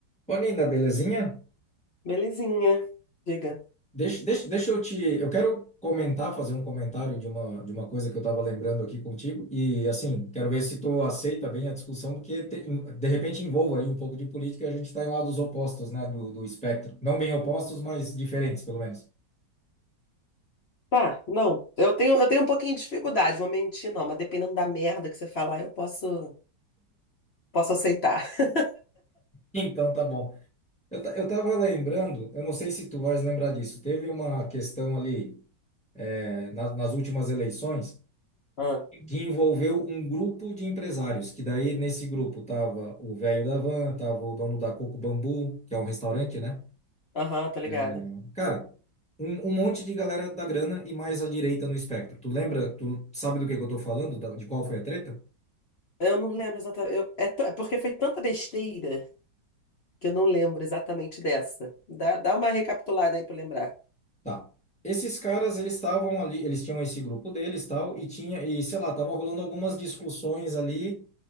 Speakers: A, in the centre; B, on the left (about 70°).
A: Ô, Nina, belezinha?
B: Belezinha. Diga.
A: Deixa, deixa, deixa eu te. Eu quero comentar, fazer um comentário de uma, de uma coisa que eu estava lembrando aqui contigo. E, assim, quero ver se tu aceita bem a discussão, porque te- de repente envolva aí um pouco de política. e A gente está em lados opostos, né, do, do espectro. Não bem opostos, mas diferentes, pelo menos.
B: Tá, não. Eu tenho, eu tenho um pouquinho de dificuldade, vou mentir, não, mas dependendo da merda que você falar, eu posso, posso aceitar. <laughs>
A: Então, tá bom. Eu, ta- eu estava lembrando, eu não sei se tu vais lembrar disso. Teve uma questão ali, eh, na- nas últimas eleições.
B: Ah,
A: que envolveu um grupo de empresários, que daí nesse grupo tava o velho da van, tava o dono da Coco Bambu, que é um restaurante, né?
B: Aham, tá ligado.
A: É, cara, um, um monte de galera da grana e mais à direita no espectro. Tu lembra, tu sabe do que que eu tô falando, da- de qual foi a treta?
B: Eu não lembro exatamente. eu- é, t- é porque foi tanta besteira que eu não lembro exatamente dessa. Dá, dá uma recapitulada aí pra eu lembrar.
A: Tá. Esses caras, eles estavam ali, eles tinham esse grupo deles, tal, e tinha, e sei lá, tava rolando algumas discussões ali